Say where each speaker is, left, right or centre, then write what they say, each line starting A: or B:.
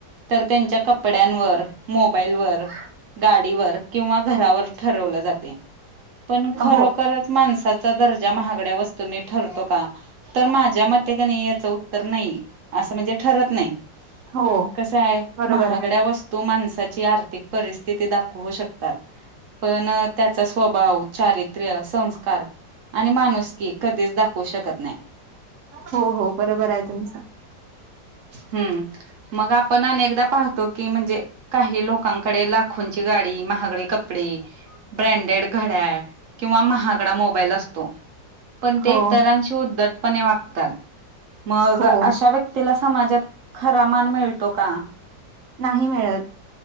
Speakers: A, on the right; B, on the right.
A: तर त्यांच्या कपड्यांवर मो मोबाईल वर गाडीवर किंवा घरावर ठरवलं जाते पण खरोखरच
B: हो
A: माणसाचा दर्जा महागड्या वस्तूंनी ठरतो का तर माझ्या मते का नाही याचं उत्तर नाही असं म्हणजे ठरत नाही
B: हो
A: कस आहे
B: बरोबर
A: महागड्या
B: आहे
A: वस्तू माणसाची आर्थिक परिस्थिती दाखवू शकतात पण त्याचा स्वभाव चारित्र्य संस्कार आणि माणूस की कधीच दाखव शकत नाही
B: हो हो बरोबर आहे तुमचं
A: हम्म मग आपण पाहतो की म्हणजे काही लोकांकडे लाखोंची गाडी महागडे कपडे ब्रँडेड घड्याळ किंवा महागडा मोबाईल असतो पण ते
B: हो
A: इ तररांशी उद्दटपणे वागतात मग
B: हो
A: अशा व्यक्तीला समाजात खरा मान मिळतो का
B: नाही मिळत